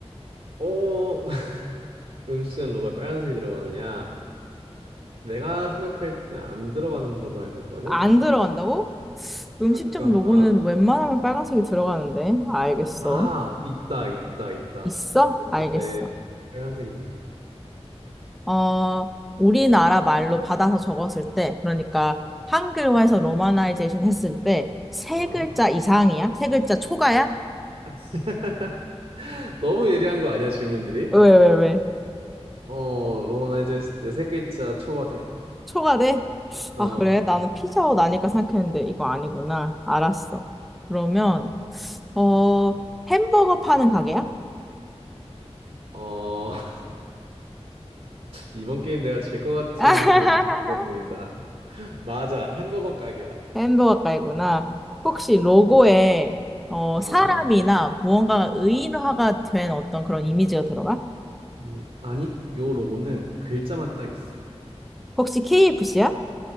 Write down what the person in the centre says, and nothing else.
안 들어간다고?
음식점 로고는 웬만하면 빨간색이 들어가는데. 알겠어.
있어?
알겠어.
어, 우리나라 말로 받아서 적었을 때, 그러니까 한글화해서 로마나이제이션 했을 때, 세
글자 이상이야? 세 글자 초과야?
왜, 왜, 왜?
초과돼?
아, 그래? 나는 피자헛 아닐까 생각했는데, 이거 아니구나. 알았어. 그러면, 어, 햄버거 파는 가게야?
<laughs>
햄버거 가게구나. 혹시 로고에, 어,
사람이나 무언가 의인화가 된 어떤 그런 이미지가 들어가?
혹시 KFC야?